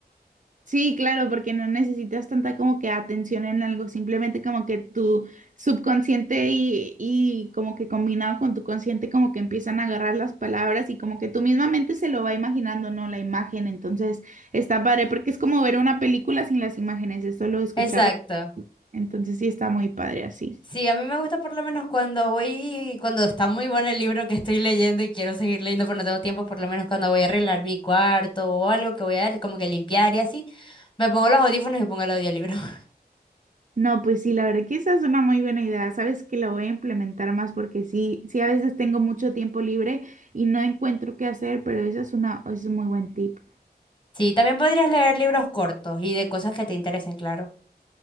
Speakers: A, on the right; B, on the left.
A: Sí, claro, porque no necesitas tanta como que atención en algo, simplemente como que tu subconsciente y, y como que combinado con tu consciente como que empiezan a agarrar las palabras y como que tu misma mente se lo va imaginando, ¿no? La imagen, entonces está padre porque es como ver una película sin las imágenes, es solo escucharla,
B: Exacto.
A: entonces sí está muy padre así.
B: Sí, a mí me gusta por lo menos cuando voy, cuando está muy bueno el libro que estoy leyendo y quiero seguir leyendo pero no tengo tiempo, por lo menos cuando voy a arreglar mi cuarto o algo que voy a como que limpiar y así, me pongo los audífonos y pongo el audiolibro. <laughs>
A: No, pues sí, la verdad que esa es una muy buena idea. Sabes que la voy a implementar más porque sí, sí a veces tengo mucho tiempo libre y no encuentro qué hacer, pero esa es una, es un muy buen tip.
B: Sí, también podrías leer libros cortos y de cosas que te interesen, claro.